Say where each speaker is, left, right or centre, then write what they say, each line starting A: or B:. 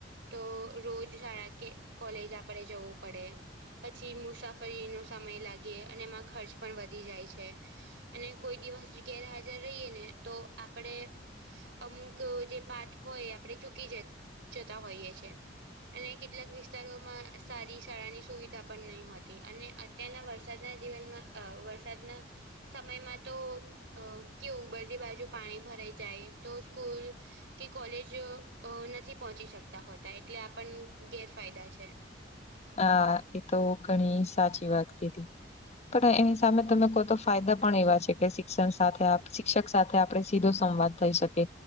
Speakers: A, on the right; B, on the left.
A: તો રોજ શાળા કે કોલેજ આપળે જવું પડે. પછી મુસાફરીનો સમય લાગે અને એમાં ખર્ચ પણ વધી જાય છે. અને કોઈ દિવસ ગેરહાજર રહીએ ને તો, આપળે અમુક જે પાઠ હોય આપણે ચૂકી જ જતા હોઈએ છે. અને કેટલાક વિસ્તારોમાં સારી શાળાની સુવિધા પણ નહીં હોતી અને અત્યારના વરસાદના જીવનમાં અ વરસાદના સમયમાં તો અ કેવું બધી બાજુ પાણી ભરાઈ જાય તો સ્કૂલ કોલેજ અ નથી પહોંચી શકતા હોતા એટલે આ પણ ગેરફાયદા છે.
B: હા એ તો ઘણી સાચી વાત કીધી. પણ એની સામે તમે કહો તો ફાયદા પણ એવા છે કે શિક્ષણ સાથે આપ શિક્ષક સાથે આપળે સીધો સંવાદ- થઇ શકે